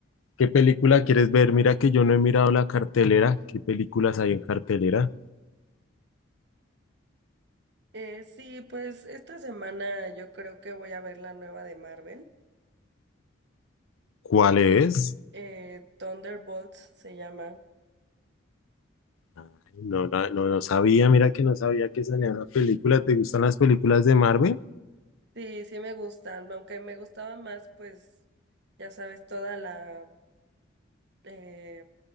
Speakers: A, on the left; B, on the right.
A: ¿Qué película quieres ver? Mira que yo no he mirado la cartelera. ¿Qué películas hay en cartelera?
B: Eh, sí, pues esta semana yo creo que voy a ver la nueva de Marvel.
A: ¿Cuál es?
B: Eh, Thunderbolts se llama.
A: Ay, no, la- no, no sabía, mira que no sabía que salía una película. ¿Te gustan las películas de Marvel?
B: Sí, sí me gustan, aunque me gustaba más, pues ya sabes, toda la, eh,